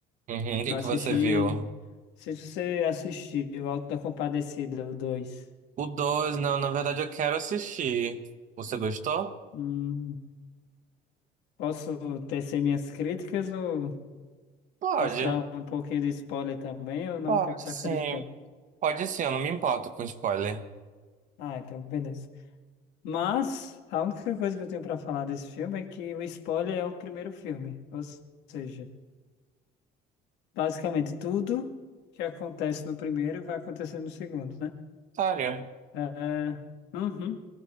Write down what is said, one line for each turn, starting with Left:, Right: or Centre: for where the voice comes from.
Right: Uhum. O que
Left: Eu assisti.
Right: que você viu?
Left: Não sei se você assistiu Auto da Compadecida, o 2.
Right: O 2 não, na verdade eu quero assistir. Você gostou?
Left: Hum, posso tecer minhas críticas ou.
Right: Pode,
Left: Posso dar um pouquinho de spoiler também ou não
Right: pode
Left: quer prefere
Right: sim.
Left: spoiler?
Right: Pode sim, eu não me importo com spoiler.
Left: Ah, então beleza. Mas a única coisa que eu tenho pra falar desse filme é que o spoiler é o primeiro filme, ou seja, basicamente tudo que acontece no primeiro vai acontecer no segundo, né?
Right: Sério.
Left: É, uhum.